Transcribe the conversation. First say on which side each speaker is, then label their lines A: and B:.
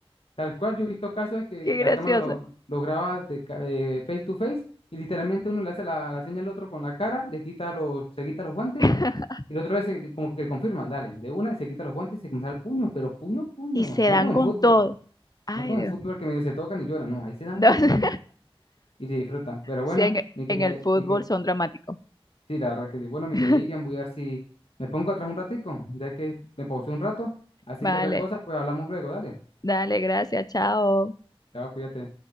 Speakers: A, on the left (about 70°); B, on the left (about 40°).
A: tal cual. Yo he visto casos
B: <laughs>
A: de que
B: qué
A: la
B: gracioso.
A: cámara lo, lo graba de, ca- de face to face y literalmente uno le hace la, la señal al otro con la cara, le quita los, se quita los guantes
B: <laughs>
A: y el otro le hace- como que le confirman, dale, de una se quita los guantes y se comienza el puño, pero puño, puño.
B: Y se
A: No
B: dan
A: como
B: con
A: en fútbol,
B: todo. Ay,
A: no como
B: Dios.
A: en fútbol que medio se tocan y lloran, no, ahí se dan
B: No, <laughs>
A: puño y se disfrutan. Pero bueno,
B: sí, en,
A: mi quería,
B: en el fútbol
A: mi que,
B: son dramáticos.
A: sí, la verdad que sí. Bueno, mi
B: <laughs>
A: querida Irian, voy a ver si me pongo atrás un ratico, ya que me pausé un rato. Así
B: Vale,
A: que cualquier cosa, pues hablamos luego, dale.
B: dale, gracias, chao.
A: Chao, cuídate.